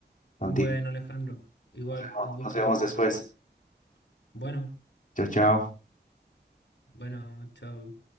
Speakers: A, on the left; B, on the left.
A: contigo.
B: Bueno, Alejandro, igual,
A: Nos vemos
B: un gusto
A: nos vemos
B: poder compartir.
A: después.
B: Bueno,
A: Chao, chao.
B: bueno, chao.